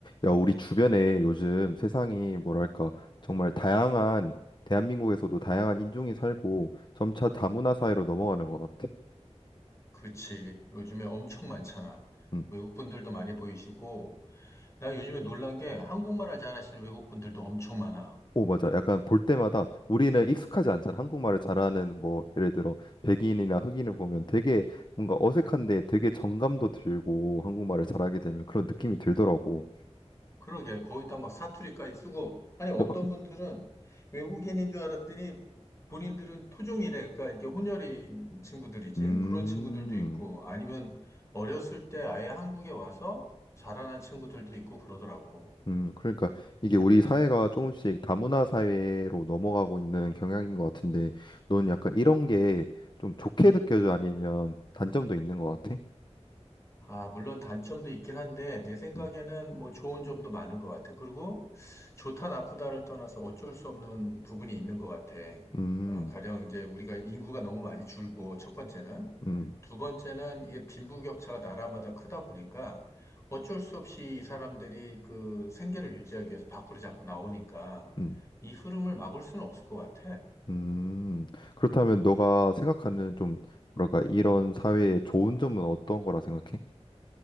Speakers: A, on the left; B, on the left.
A: 야, 우리 주변에 요즘 세상이 뭐랄까, 정말 다양한, 대한민국에서도 다양한 인종이 살고 점차 다문화 사회로 넘어가는 것 같아.
B: 그치. 요즘에 엄청 많잖아.
A: 음.
B: 외국 분들도 많이 보이시고, 나 요즘에 놀란 게 한국말을 잘하시는 외국 분들도 엄청 많아.
A: 오, 맞아. 약간 볼 때마다 우리는 익숙하지 않잖아. 한국말을 잘하는 뭐, 예를 들어, 백인이나 흑인을 보면 되게 뭔가 어색한데 되게 정감도 들고 한국말을 잘하게 되면 그런 느낌이 들더라고.
B: 그러게, 거기다 막 사투리까지 쓰고, 아니, 어떤
A: 뭐,
B: 분들은 외국인인 줄 알았더니 본인들은 토종이래. 그러니까 이게 혼혈인 친구들이지.
A: 음.
B: 그런 친구들도 있고, 아니면 어렸을 때 아예 한국에 와서 자라난 친구들도 있고 그러더라고.
A: 음, 그러니까 이게 우리 사회가 조금씩 다문화 사회로 넘어가고 있는 경향인 것 같은데, 넌 약간 이런 게 좀 좋게 느껴져 아니면 단점도 있는 것 같아?
B: 아, 물론 단점도 있긴 한데, 내 생각에는
A: 음,
B: 뭐 좋은 점도 많은 것 같아. 그리고 좋다, 나쁘다를 떠나서 어쩔 수 없는 부분이 있는 것 같아.
A: 음,
B: 어, 가령 이제 우리가 인구가 너무 많이 줄고, 첫 번째는.
A: 음,
B: 두 번째는 이게 빈부격차가 나라마다 크다 보니까 어쩔 수 없이 이 사람들이 그 생계를 유지하기 위해서 밖으로 자꾸 나오니까
A: 음,
B: 이 흐름을 막을 수는 없을 것 같아.
A: 음. 그렇다면 너가 생각하는 좀 뭐랄까 이런 사회의 좋은 점은 어떤 거라 생각해?